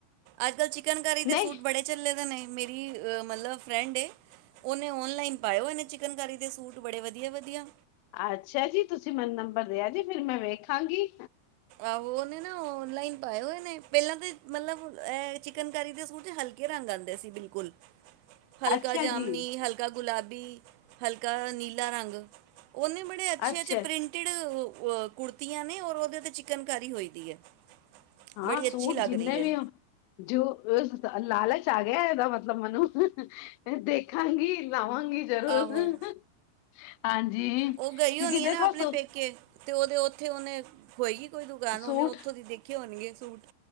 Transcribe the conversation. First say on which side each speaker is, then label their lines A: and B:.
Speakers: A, on the right; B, on the left.
A: ਅੱਜ ਕੱਲ੍ਹ ਚਿਕਨਕਾਰੀ ਦੇ
B: ਨਹੀਂ
A: ਸੂਟ ਬੜੇ ਚੱਲੇ ਦੇ ਨੇ ਮੇਰੀ ਮਤਲਬ ਫਰੈਂਡ ਏ ਉਹਨੇ ਓਨਲਾਈਨ ਪਾਏ ਹੋਏ ਨੇ ਚਿਕਨਕਾਰੀ ਦੇ ਸੂਟ ਬੜੇ ਵਧੀਆ-ਵਧੀਆ
B: ਅੱਛਾ ਜੀ ਤੁਸੀਂ ਮੈਨੂੰ ਨੰਬਰ ਦੇਿਆ ਜੇ ਫਿਰ ਮੈਂ ਵੇਖਾਂਗੀ
A: ਆਹੋ ਉਹਨੇ ਨਾ ਔਨਲਾਈਨ ਪਾਏ ਹੋਏ ਨੇ ਪਹਿਲਾਂ ਤੇ ਮਤਲਬ ਚਿਕਨ ਕਰੀ ਦੇ ਸੂਟ ਹਲਕੇ ਰੰਗ ਆਉਂਦੇ ਸੀ ਬਿਲਕੁਲ ਹਲਕਾ
B: ਅੱਛਾ
A: ਜਾਮਣੀ
B: ਜੀ
A: ਹਲਕਾ ਗੁਲਾਬੀ ਹਲਕਾ ਨੀਲਾ ਰੰਗ ਓਨੇ ਬੜੇ ਅੱਛੇ-ਅਛੇ
B: ਅੱਛਾ
A: ਪ੍ਰਿੰਟੀਡ ਕੁੜਤੀਆਂ ਨੇ ਔਰ ਓਦੇ ਚ ਚਿਕਨਕਾਰੀ ਹੋਈ ਦੀ ਹੈ
B: ਹਾਂ
A: ਬੜੀ ਅੱਛੀ
B: ਸੂਟ
A: ਲੱਗ
B: ਜਿੰਨੇ
A: ਰਹੀ ਹੈ
B: ਵੀ ਹੋਨ ਜੋ ਲਾਲਚ ਆ ਗਿਆ ਇਹਦਾ ਮਤਲਬ ਮੈਨੂੰ ਦੇਖਾਂਗੀ ਲਾਵਾਂਗੀ ਜ਼ਰੂਰ
A: ਆਹੋ
B: ਹਾਂਜੀ
A: ਉਹ ਗਈ
B: ਕਿਉਂਕਿ
A: ਹੋਣੀ
B: ਦੇਖੋ
A: ਹੈ ਨਾ ਆਪਣੇ
B: ਸੂ
A: ਪੇਕੇ ਤੇ ਓਦੇ ਉੱਥੇ ਉਹਓਹਨੇ ਹੋਏਗੀ ਕੋਈ ਦੁਕਾਨ ਉਹਨੇ
B: ਸੂਟ
A: ਉੱਥੋਂ ਦੀ ਦੇਖਿਆ ਹੋਣਗੇ ਸੂਟ